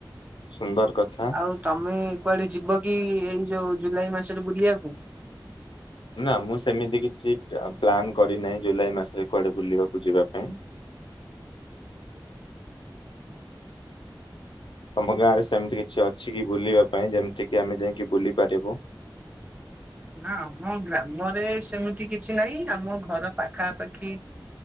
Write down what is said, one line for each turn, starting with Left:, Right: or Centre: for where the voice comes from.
Left: ସୁନ୍ଦର କଥା
Right: ଆଉ ତମେ କୁଆଡ଼େ ଯିବକି ଏଇ ଯୋଉ ଜୁଲାଇ ମାସରେ ବୁଲିବାକୁ?
Left: ନା ମୁଁ ସେମିତି କିଛି ପା ପ୍ଲାନ୍ କରିନାହିଁ ଜୁଲାଇ ମାସରେ କୁଆଡ଼େ ବୁଲିବାକୁ ଯିବା ପାଇଁ ତମ ଗାଁରେ ସେମିତି କିଛି ଅଛିକି ବୁଲିବା ପାଇଁ ଯେମିତିକିି ଆମେ ଯାଇକି ବୁଲି ପାରିବୁ?
Right: ନା ଆମ ଗ୍ରାମରେ ସେମିତି କିଛି ନାହିଁ ଆମ ଘର ପାଖାପାଖି